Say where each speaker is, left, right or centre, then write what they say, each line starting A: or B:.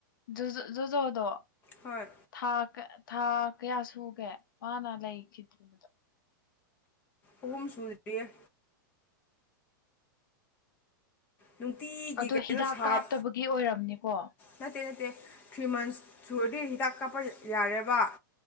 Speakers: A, on the left; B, on the left.
A: ꯖꯨꯖ ꯖꯨꯖꯣꯗꯣ
B: ꯍꯣꯏ
A: ꯊꯥ ꯊꯥ ꯀꯌꯥ ꯁꯨꯒꯦ ꯃꯥꯅ ꯂꯩꯈꯤꯗ꯭ꯔꯤꯗꯣ
B: ꯑꯍꯨꯝ ꯁꯨꯗ꯭ꯔꯤꯌꯦ ꯅꯨꯡꯇꯤꯒꯤ
A: ꯑꯗꯣ
B: ꯀꯩꯅꯣ
A: ꯍꯤꯗꯥꯛ
B: ꯁꯥꯞ
A: ꯀꯥꯞꯇꯕꯒꯤ ꯑꯣꯏꯔꯝꯅꯤꯀꯣ
B: ꯅꯠꯇꯦ ꯅꯠꯇꯦ ꯊ꯭ꯔꯤ ꯃꯟꯁ ꯁꯨꯔꯗꯤ ꯍꯤꯗꯥꯛ ꯀꯥꯞꯄ ꯌꯥꯔꯦꯕ